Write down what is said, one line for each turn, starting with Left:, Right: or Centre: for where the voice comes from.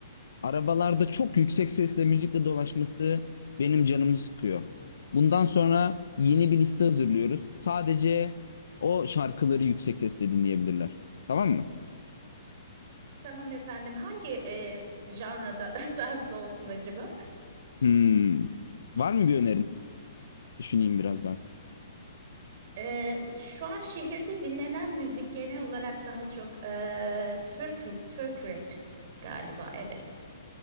Left: arabalarda çok yüksek sesle müzikle dolaşması benim canımı sıkıyor. Bundan sonra yeni bir liste hazırlıyoruz. Sadece o şarkıları yüksek sesle dinleyebilirler. Tamam mı?
Right: Tamam efendim. Hangi eee janrada <laughs> tarzda olsun acaba?
Left: Hmm. Var mı bir önerin? Düşüneyim biraz ben.
Right: Eee, şu an şehirde dinlenen müzik genel olarak daha çok eee, Türk Türk rap galiba. Evet.